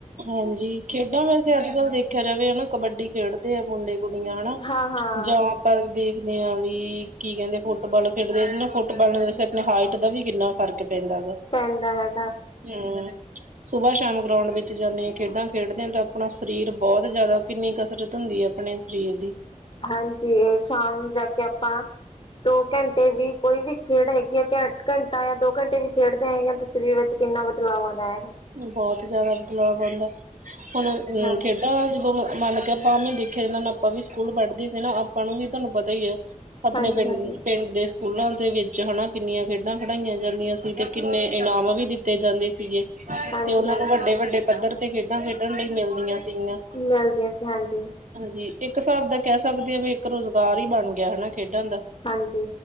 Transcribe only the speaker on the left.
ਹਾਂ ਹਾਂ
ਪੈਂਦਾ ਹੈ।
ਹਾਂਜੀ ਸ਼ਾਮ ਨੂੰ ਜਾ ਕੇ ਆਪਾਂ ਦੋ ਘੰਟੇ ਵੀ ਕੋਈ ਵੀ ਖੇਡ ਹੈਗੀ ਆ ਘ ਘੰਟਾ ਜਾਂ ਦੋ ਘੰਟੇ ਵੀ ਖੇਡ ਹੈਗੀਆਂ ਤੇ ਸਰੀਰ ਵਿੱਚ ਕਿੰਨਾ ਬਦਲਾਵ ਆਉਂਦਾ ਹੈਗਾ।
ਹਾਂ
ਹਾਂਜੀ
ਹਾਂਜੀ
ਹਾਂਜੀ
ਹਾਂਜੀ
ਮਿਲਦੀਆਂ ਸੀ ਹਾਂਜੀ।
ਹਾਂਜੀ।